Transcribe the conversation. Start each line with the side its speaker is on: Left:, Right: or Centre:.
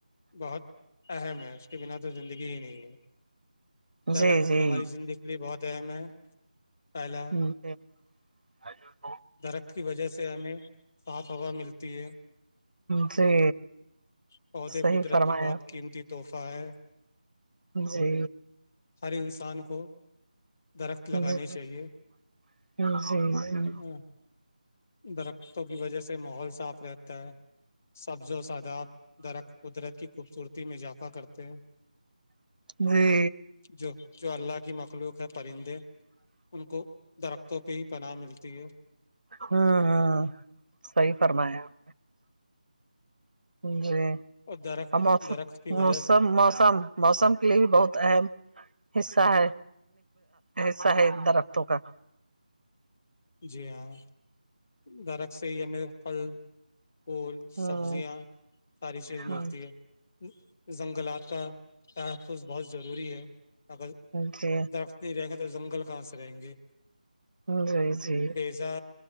Left: بہت اہم ہے اس کے بنا تو زندگی ہی نہیں ہے درخت
Right: جی جی
Left: ہماری زندگی لی بہت اہم ہے پہلا
Right: <unintelligible>
Left: درخت کی وجہ سے ہمیں صاف ہوا ملتی ہے
Right: جی
Left: پودے
Right: صحیح
Left: قدرت
Right: فرمایا
Left: کی بہت
Right: آپ۔
Left: قیمتی تحفہ ہے
Right: جی
Left: ہر انسان کو درخت
Right: جی
Left: لگانے
Right: جی
Left: چاہیے
Right: جی جی
Left: ہے نا درختوں کی وجہ سے ماحول صاف رہتا ہے سبز و ساداب درخت قدرت کی خوبصورتی میں اضافہ کرتے ہیں
Right: جی
Left: جو جو اللہ کی مخلوق ہے پرندے ان کو درختوں پہ ہی پناہ ملتی ہے
Right: ہاں ہاں صحی فرمایا آپ جی
Left: اور درخت
Right: اوروم
Left: درخت کی
Right: موسم
Left: وجہ سے
Right: موسم موسم کے لیے بھی بہت اہم حصہ ہے حصہ ہے درختوں کا
Left: جی ہاں درخت سے ہی ہے میرے پھل پھول
Right: ہوں
Left: سبزیاں ساری چیز
Right: ہوں
Left: ملتی ہے جنگلات کا تحفظ بہت ضروری ہے اگر
Right: جی
Left: درخت نہیں رہیں گا تو جنگل کہاں سے رہیں گے
Right: جی جی جی
Left: بیزا